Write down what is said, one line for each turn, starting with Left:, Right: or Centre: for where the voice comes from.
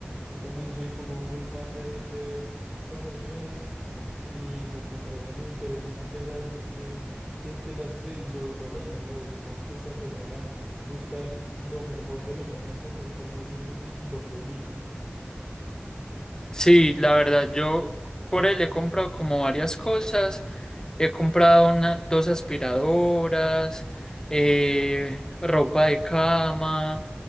Centre: Yo también soy como muy fan de, de ver promociones y pues me parece muy interesante que haya alguien que, que te las dé y sobre todo las mejores. Supongo que esta persona busca lo mejor de lo mejor en cuanto a promociones y, y lo publica.
Left: Sí, la verdad, yo por él he comprado como varias cosas. He comprado una, dos aspiradoras, eh, ropa de cama.